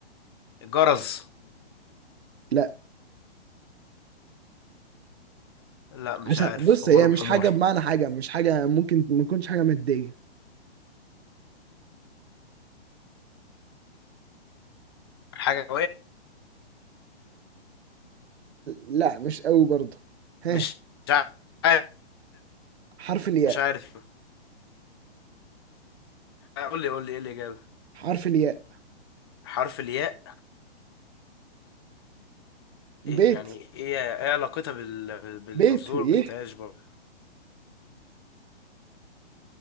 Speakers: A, on the left; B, on the right.
A: الجرز
B: لا
A: لا مش
B: عشان
A: عارف
B: بص
A: غلب
B: هي مش
A: حماري
B: حاجة بمعنى حاجة مش حاجة ممكن ما تكونش حاجة مادية
A: <laughs> حاجة
B: لا مش قوي برضه ها
A: مش عارف
B: حرف الياء
A: مش عارف آه، قول لي قول لي ايه الاجابه
B: حرف الياء
A: حرف الياء
B: بيت
A: إيه- يعني ايه ايه علاقتها بال... بالفزوره
B: بيت ايه
A: انتاج برضه